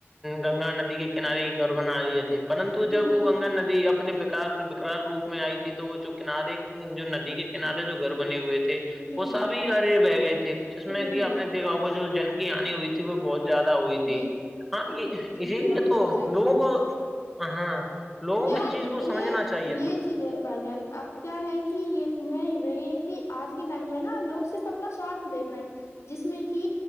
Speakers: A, in the centre; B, on the left.
A: گنگا ندی کے کنارے گھر بنا لیے تھے پرتو
B: جی
A: جب
B: جی
A: وہ گنگا ندی اپنے بکار بکرال روپ میں آئی تھی تو وہ جو کنارے جو ندی کے کنارے جو گھر بنے ہوئے تھے
B: جی جی
A: وہ سب ہی
B: جی
A: گاھر بہ گئے تھے جس میں
B: جی
A: کہ اپ
B: جی
A: نے دیکھاؤں کو جو جن کی آنی ہوئی تھی وہ بہت زیادہ ہوئی
B: جی
A: تھی ہاں اسی
B: جی جی
A: لیے
B: آپ بالکل
A: تو
B: صحیح
A: لوگوں کو ہاں لوگوں
B: کیا
A: کو اس چیز کو سمجھنا
B: یہ
A: چاہیے
B: یہ
A: تھا
B: چیز ہے بھائی جان اب کیا ہے کہ یہ میں یہ یہ کہ آج کے ٹائم میں نا لوگ صرف اپنا سوارتھ دیکھ رہے ہیں جس میں کہ